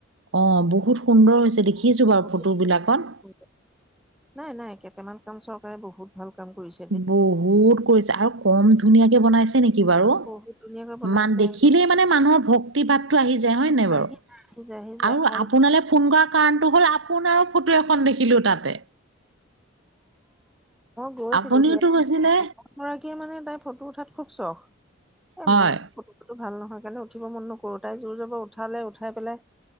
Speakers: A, on the right; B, in the centre.
A: অ' বহুত সুন্দৰ হৈছে। দেখিছোঁ
B: বৰদোৱাৰ।
A: বাৰু ফটো বিলাকত।
B: নাই নাই কেটামান কাম চৰকাৰে বহুত ভাল কাম কইছ
A: বহুত কইছে। আৰু কম ধুনীয়াকে বনাইছ এ নেকি বাৰু।
B: বহুত ধুনীয়াকৈ বনাইছে
A: মান, দেখিলেই মানে মানুহৰ ভক তি বাপটো আহি যায় হয় নাই
B: আহি
A: বাৰু?
B: যায় আহি যায় আহি যায়
A: আও
B: আৰু
A: আপোনালে ফোন কৰা কাৱণটো হ'ল আপোনাও ফটো এখন দেখিলোঁ তাতে।
B: গৈছিলোঁ
A: আপুনিওতো
B: দিয়া,
A: গৈছিলে
B: <unintelligible> মানে কি মানে তাই ফটো উঠাত খুব চখ। এ
A: হয়।
B: মই ফটো চটো ভাল নহয় কাণে উঠিব মন নকৰোঁ। তাই জোৰ জব উঠালে, উঠাই পেলাই